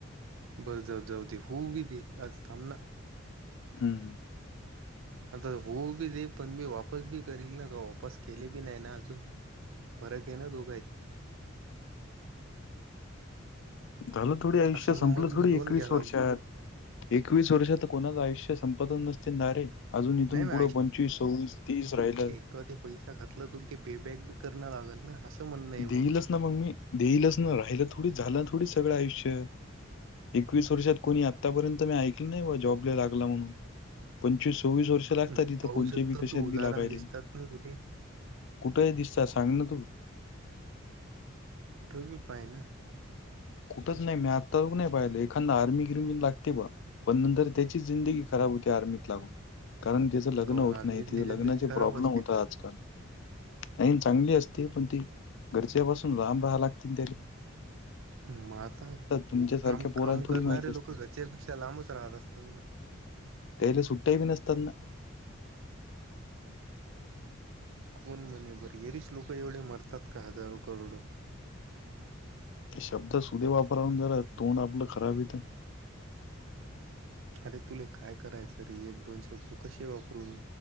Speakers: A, on the right; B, on the left.
A: बस ज-जाऊ होउदे कात थांब ना.
B: हम.
A: आता होऊ बी दे पण मी वापस बी करील ना वापस केले बी नाही ना अजून फरक हे ना दोघ हायत.
B: झालं थोडी आयुष्य
A: असं समज
B: संपलं थोडी,
A: मी लोन
B: एकवीस
A: घ्यायला
B: वर्षात
A: लागलो
B: एकवीस वर्षात कोणाचं आयुष्य संपत नसते नारे. अजून इथून
A: नाही मी
B: पुढं पंचवीस, सव्वीस, तीस, राहिलं.
A: तेव्हा ते पैसा घातला ते पे बँक कर ना लागल ना असं म्हणणं आहे
B: देईलच ना मग मी, देईलच ना, राहिला थोडी झालं थोडी सगळं आयुष्य. एकवीस वर्षात कोणी आत्तापर्यंत मी ऐकलं नाही बा, जॉबला लागला म्हणून. पंचवीस, सव्वीस, वर्ष लागतात
A: हं,
B: ईथ
A: पाहू
B: कोणत्याही
A: शकतो
B: बी
A: ना
B: कशात
A: तू उदाहरण
B: बी लागायले.
A: दिसतात ना तुले.
B: कुठेही दिसा सांग ना तूं?
A: तू बी पायना.
B: कुठंच नाही मी आता नाही पाहिलं एखादा आर्मी गिरमी लागते बा. पण नंतर त्याचीच जिंदगी खराब होती आर्मीत लागून. कारण तिचं लग्न
A: काहून
B: होत
A: आर्मीतली
B: नाही तिचं
A: जिंदगी
B: लग्नाची
A: खराब
B: प्रॉब्लेम
A: असते
B: होत
A: का?
B: आजकाल. नाही चांगली असते पण ती घरच्यापासून लांब राहा लागतील त्याला.
A: म आता,
B: तुमच्यासारख्या
A: काम
B: पोराला
A: -काम
B: थोडी
A: करणारे
B: माहीत असतं.
A: लोक घरच्या पेक्षा लांबच राहत असतात ना?
B: त्याला सुट्ट्या बी नसतात ना.
A: कोण म्हणे बर येरिस लोक एवढे मरतात का हजारो करोडो?
B: शब्द सुदे वापराून जरा तोंड आपलं खराब येत.
A: अरे तुले काय करायचं रे एक दोन शब्द कसे वापरून